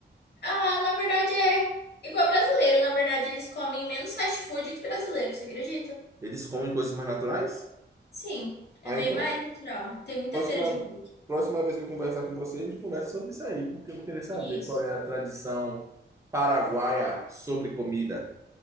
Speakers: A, on the left; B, on the right.
A: Ah, na verdade é igual brasileiro, na verdade eles comem menos fast food que brasileiro, você acredita?
B: Eles comem coisas mais naturais?
A: Sim, é
B: Ah,
A: bem
B: então
A: mais natural. Tem muita
B: Próxima,
A: feira de rua. aqui.
B: próxima vez que eu conversar com você, a gente conversa sobre isso aí, porque eu vou querer saber
A: Isso.
B: qual é a tradição paraguaia sobre comida.